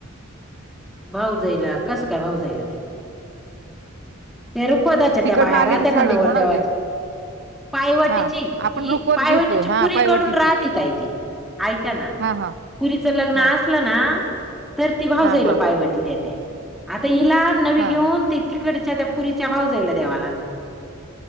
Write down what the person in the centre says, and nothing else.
भाऊ जायला कसं काय भाऊ जायला देत. ते रुखव दच
त्या बाहेर
आतेना
नवर
दवाचे
पायवटीची
ही
पायवटीची
पुरी
करून राहतेय ताई ती, ऐका ना!
पुरीच लग्न
असलं ना? तर ती भाव
जाईला
पायवटी द्या त्या आता हिला नवी
घेऊन ते तिकडच्या त्या पुरीच्या भाव जाईल देवालाग